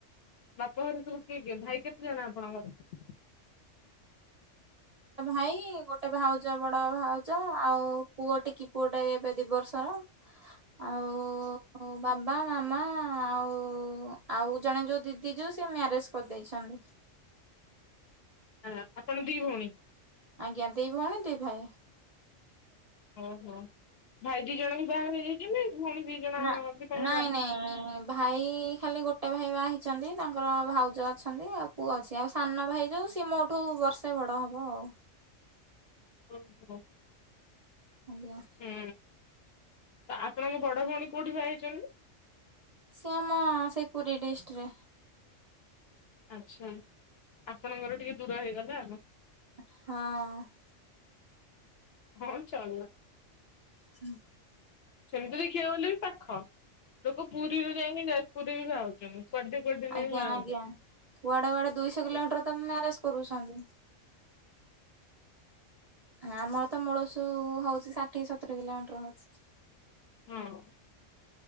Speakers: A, on the left; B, on the right.
A: ବାପା ଘରେ ସବୁ କିଏ କିଏ ଭାଇ କେତେ ଜଣ ଆପଣଙ୍କର
B: ଭାଇ ଗୋଟେ ଭାଉଜ ବଡ଼ ଭାଉଜ ଆଉ ପୁଅ ଟିକି ପୁଅ ଟେ ଏବେ ଦି ବର୍ଷର
A: ହ
B: ଆଉ ବାବା ମାମା ଆଉ ଆଉ ଜଣେ ଯୋଉ ଦିଦି ଯୋଉ ସେ ମ୍ୟାରେଜ୍ କରିଯାଇଛନ୍ତି
A: ହାଲୋ ଆପଣ ଦି ଭଉଣୀ
B: ଆଜ୍ଞା ଦି ଭଉଣୀ ଦି ଭାଇ
A: ଓହୋ ଭାଇ ଦିଜଣ ବି ବାହା ହେଇଯାଇଛନ୍ତି ଭଉଣୀ ଦିଜଣ
B: ନା
A: ବି ବାହା
B: ନାଇଁ ନାଇଁ ଭାଇ ଖାଲି ଗୋଟେ ଭାଇ ବାହାହେଇଛନ୍ତି ତାଙ୍କର ଭାଉଜ ଅଛନ୍ତି ଆଉ ପୁଅ ଅଛି ଆଉ ସାନ ଭାଇ ଯୋଉ ସିଏ ମୋ ଠୁ ବର୍ଷେ ବଡ଼ ହବ ଆଉ
A: ହୁଁ ହଁ
B: ଆଜ୍ଞା
A: ହୁଁ ତ ଆପଣଙ୍କ ବଡ଼ ଭଉଣୀ କେଉଁଠି ବାହାହେଇଛନ୍ତି
B: ସିଏ ଆମ ସେଇ ପୁରୀ ଡିଷ୍ଟ୍ରିକିରେ
A: ଆଛା ଆପଣଙ୍କର ଟିକେ ଦୂର ହେଇଗଲା ଆଉ
B: ହଁ
A: ହଁ ଚଳିବ
B: ହୁଁ
A: ସେମିତି ଦେଖିବାକୁ ଗଲେ ବି ପାଖ ଲୋକ ପୁରୀରୁ ଯାଇକି ଯାଜପୁରରେ ବି ବାହା ହେଉଛନ୍ତି କୁଆଡ଼େ କୁଆଡ଼େ ଯାଇକି
B: ଆଜ୍ଞା ଆଜ୍ଞା।
A: ବାହା ହେଉଛନ୍ତି
B: କୁଆଡେ କୁଆଡେ ଦୁଇଶହ କିଲୋମିଟର ତ ମ୍ୟାରେଜ୍ କରୁଛନ୍ତି ଆମର ତ ମୂଳସୁ ହଉଛି ଷାଠିଏ ସତୁରି କିଲୋମିଟର ହେଉଛି
A: ହୁଁ